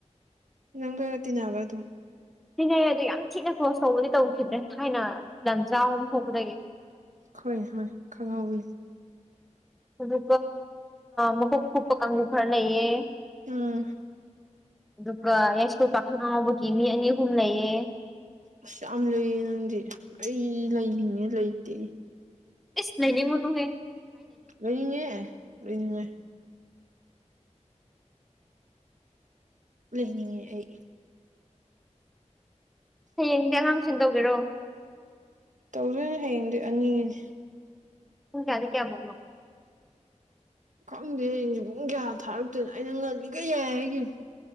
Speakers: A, on the right (about 80°); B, in the centre.
A: ꯅꯪ ꯑꯠꯇꯤꯟꯋꯥ ꯑꯗꯨ
B: ꯊꯤꯅꯩꯌꯦ ꯑꯗꯣ ꯌꯥꯝ ꯊꯤꯅ ꯀ꯭ꯂ꯭ꯔꯣꯁ ꯇꯧꯕꯗꯤ ꯇꯧꯈꯤꯗ꯭ꯔꯦ ꯊꯥꯏꯅ ꯂꯥꯟꯖꯥꯎ ꯑ ꯑꯃ ꯊꯣꯛꯄꯗꯒꯤ
A: ꯍꯣꯏ ꯍꯣꯏ ꯈꯪꯍꯧꯋ
B: ꯑꯗꯨ ꯃꯈꯀ ꯀꯨꯞꯄ ꯀꯥꯡꯖ ꯈꯔ ꯅꯌꯦ
A: ꯑꯥ
B: ꯑꯗꯨꯒ ꯌꯥꯏꯁꯀꯣꯜ ꯄꯥꯈꯪ ꯑ ꯉꯥꯎꯕꯒꯤ ꯃꯤ ꯑꯅꯤ ꯑꯍꯨꯝ ꯂꯩꯌꯦ
A: ꯑꯁ ꯌꯥꯝ ꯂꯩꯌꯦ ꯅꯪꯗꯤ ꯑꯩ ꯂꯩꯅꯤꯡꯉꯦ ꯂꯩꯇꯦ
B: ꯏꯁꯂꯅꯤ ꯃꯨꯅꯨꯍꯦ
A: ꯂꯣꯏꯅꯤꯡꯉꯦ ꯂꯣꯏꯅꯤꯡꯉꯦ ꯂꯩꯍꯟꯅꯤꯡꯉꯦ ꯑꯩ
B: ꯍꯌꯦꯡꯗꯤ ꯑꯉꯥꯡ ꯇꯨꯁꯟ ꯇꯧꯕꯤꯔꯣ
A: ꯇꯧꯗꯣꯏꯅꯦ ꯍꯌꯦꯡꯗꯤ ꯑꯅꯤꯅꯤ
B: ꯄꯨꯡ ꯀꯌꯥꯗꯩ ꯀꯌꯥꯕꯧꯅꯣ
A: ꯈꯪꯗꯦ ꯍꯌꯦꯡꯖꯦ ꯄꯨꯡ ꯀꯌꯥ ꯊꯥꯔꯛꯇꯣꯏꯅꯣ ꯑꯩꯅ ꯉꯜꯂꯤꯒꯩ ꯌꯥꯏ ꯍꯥꯏꯒꯤꯝ